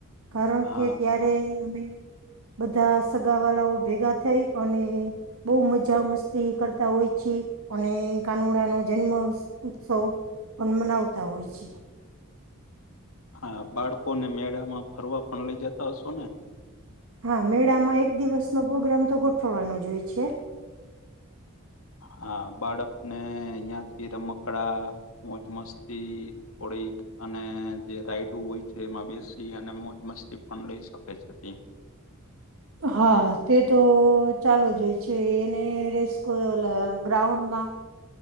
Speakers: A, on the right; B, on the left.
A: કારણ
B: હા
A: કે ત્યારે અમે બધા સગા વાળાઓ ભેગા થઈ અને બહુ મજા મસ્તી કરતા હોય છે અને કાનોડા ન જન્મ ઉત્સવ પણ મનાવતા હોય છે
B: હા બાળકો ને મેળા માં ફરવા પણ લઇ જતા હશો ને
A: હા મેળામાં એક દિવસનો પ્રોગ્રામ તો ગોઠવવાનો જ હોય છે
B: હા બાળક ને અહિયાંથી રમકડા મોજ મસ્તી થોડી અને જે રાઈડ હોય છે એમાં બેસી અને મોજ મસ્તી પણ લઈ શકે છે
A: હા તે તો ચાલુ જ હોય છે એને રેસ્કો ગ્રાઉન્ડમાં